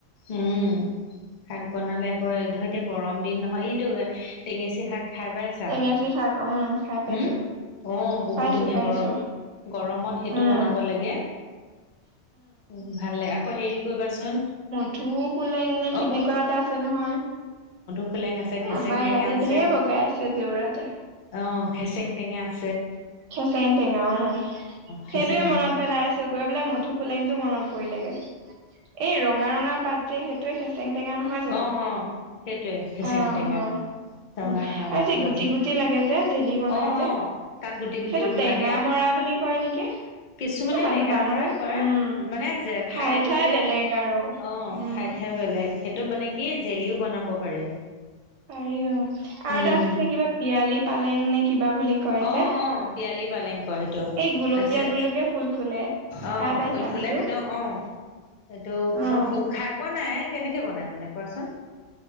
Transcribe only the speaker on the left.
উম শাক বনালে আক ধৰ এতিয়া গৰম দিন নহয় ই টেঙেচি শাক খাই পাইছা,
হম অ' বহুত
ধুনীয়া
গৰম গৰমত সেইটো
বনাব লাগে উম, ভাল লাগে আকৌ হেৰি কৰিবাচোন
অ
সোলেং আছে
খেচেং
টেঙা
আছে
অ খেচেং টেঙা আছে
খেচেং
টেঙা
অ অ সেইটোৱে খেচেং
টেঙা
ৰঙা
ৰঙা
পাতৰটো
অ
অ তাত গুটি গুটি
লাগে
কিছুমানে
টেঙা
মৰা কয়
মানে যে
ঠাই লৈ
লৈ
নাই
অ
ঠাই হে বেলেগ সেইটো মানে কি জেলিও বনাব পাৰি
উম
অ
অ পিয়ালি পালেং কয় সেটো
আছে
অ
ফুল ফুলে
সেটো অ এইটো
খাই পোৱা নাই কেনেকে বনাই মানে কোৱাচোন